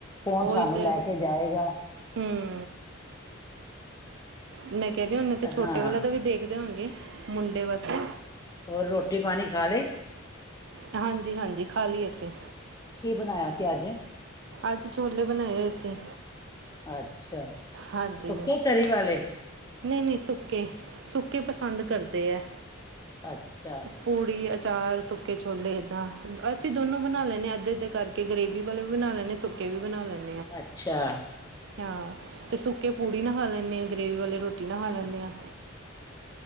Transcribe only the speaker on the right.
ਉਹੀ
ਤੇ
ਹੂ ਮੈਂ ਕਹਿ ਰਹੀ ਆਂ, ਹੁਣ ਤੇ ਛੋਟੇ
ਵਾਲੇ ਦਾ ਵੀ ਦੇਖਦੇ ਹੋਣਗੇ ਮੁੰਡੇ ਵਾਸਤੇ
ਹਾਂਜੀ ਹਾਂਜੀ ਖਾ ਲਈ ਅਸੀਂ
ਅੱਜ ਛੋਲੇ ਬਣਾਏ ਹੋਏ ਸੀਂ
ਹਾਂਜੀ
ਨਹੀਂ ਨਹੀਂ ਸੁੱਕੇ, ਸੁੱਕੇ ਪਸੰਦ ਕਰਦੇ ਆ
ਪੂੜੀ ਅਚਾਰ ਸੁੱਕੇ ਛੋਲੇ ਇੱਦਾਂ, ਅਸੀਂ
ਦੋਨੋਂ ਬਣਾ ਲੈਂਨੇ ਆਂ, ਅੱਧੇ ਅੱਧੇ ਕਰਕੇ ਗਰੇੇਵੀ ਵਾਲੇ ਵੀ ਬਣਾ ਲੈਨੇ ਆਂ, ਸੁੱਕੇ ਵੀ ਬਣਾ ਲੈਨੇ ਆਂ
ਹਾਂ ਤੇ ਸੁੱਕੇ ਪੂੜੀ ਨਾਲ ਖਾ ਲੈਂਨੇ ਆਂ, ਗ੍ਰੇਵੀ ਵਾਲੇ ਰੋਟੀ ਨਾ ਖਾ ਲੈਂਨੇ ਆਂ